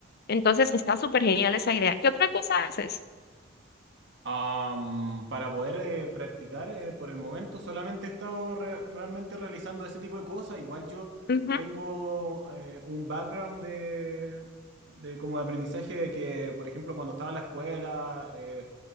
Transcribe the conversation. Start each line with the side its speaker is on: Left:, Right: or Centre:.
Left: Entonces está súper genial esa idea. ¿Qué otra cosa haces?
Right: Am, para poder eh, practicar, eh, por el momento solamente he estado re- realmente realizando ese tipo de cosas. Igual yo
Left: Ujú,
Right: tengo eh, un background de, de como de aprendizaje de que, por ejemplo, cuando estaba en la escuela, eh,